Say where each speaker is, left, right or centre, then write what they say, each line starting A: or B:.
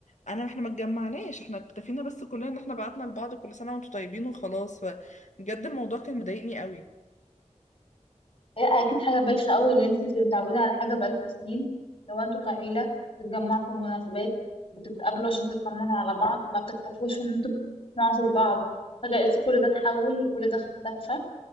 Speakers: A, on the left; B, on the left.
A: أنا احنا ما اتجمعناش احنا اكتفينا بس كلنا إن احنا بعتنا لبعض كل سنة وانتوا طيبين وخلاص فبجد الموضوع كان مضايقني قوي
B: هي اكيد حاجه بايخه قوي اللي انت بتبقي متعوده على حاجه بقالكوا سنين لو انتوا كعيله بتتجمعوا في مناسبات بتتقابلوا عشان تطمنوا على بعض ما بتكتفوش ان انتوا بتسمعوا صوت بعض فجاه لقيتي كل ده اتحول وكل ده اختفى